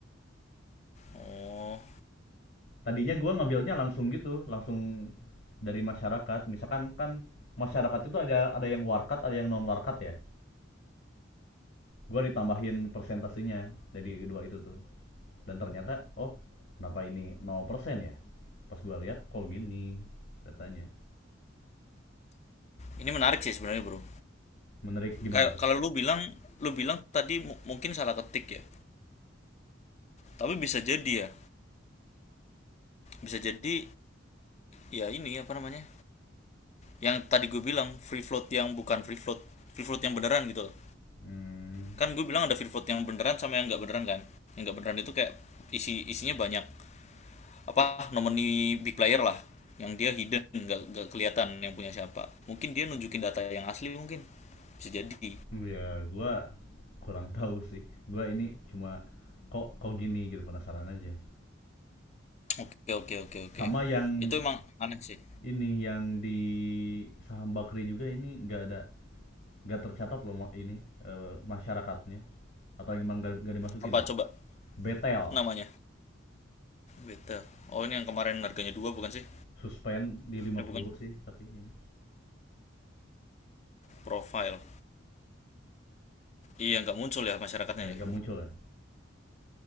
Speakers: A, on the left (about 35°); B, on the left (about 60°).
A: Oh,
B: tadinya gua ngambilnya langsung gitu langsung dari masyarakat misalkan kan masyarakat itu ada ada yang warkat ada yang non warkat ya gua ditambahin persentasenya dari kedua itu tuh dan ternyata oh kenapa ini nol persen ya pas gua lihat kok gini datanya
A: ini menarik sih sebenarnya, Bro.
B: menarik gimana
A: Kayak
B: tuh
A: kalau lu bilang lu bilang tadi mu- mungkin salah ketik ya. Tapi bisa jadi ya. Bisa jadi ya ini apa namanya? Yang tadi gue bilang free float yang bukan free float, free float yang beneran gitu loh.
B: hmm
A: kan gue bilang ada Freeport yang beneran sama yang nggak beneran kan yang nggak beneran itu kayak isi isinya banyak apa nomini big player lah yang dia hidden nggak nggak kelihatan yang punya siapa mungkin dia nunjukin data yang asli mungkin bisa jadi
B: Ya, gua kurang tahu sih. Gua ini cuma kok kok gini gitu penasaran aja.
A: oke oke oke
B: Sama
A: oke
B: yang
A: itu emang aneh sih
B: ini yang di saham bakri juga ini nggak ada nggak tercatat loh ini eh, masyarakatnya atau yang emang nggak dimasukin
A: apa
B: ya.
A: coba
B: Betel
A: namanya Betel oh ini yang kemarin harganya dua bukan sih
B: suspend di lima
A: ini bukan
B: puluh sih tapi ini
A: profile iya nggak muncul ya masyarakatnya
B: ya nggak
A: ya
B: muncul ya.